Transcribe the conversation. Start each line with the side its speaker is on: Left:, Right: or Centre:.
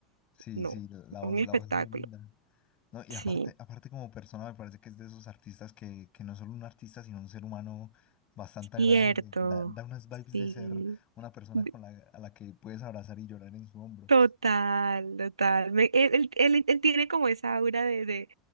Left: Sí,
Right: No,
Left: sí, la voz,
Right: un espectáculo.
Left: la voz es muy linda. No, y
Right: Sí,
Left: aparte, aparte como persona me parece que es de esos artistas que, que no es solo un artista, sino un ser humano bastante agradable.
Right: cierto.
Left: Da, da unas vibes
Right: Sí,
Left: de ser una persona
Right: d-
Left: con la, a la que puedes abrazar y llorar en su hombro.
Right: total, total. Me- él, él- él- él tiene como esa aura de, de,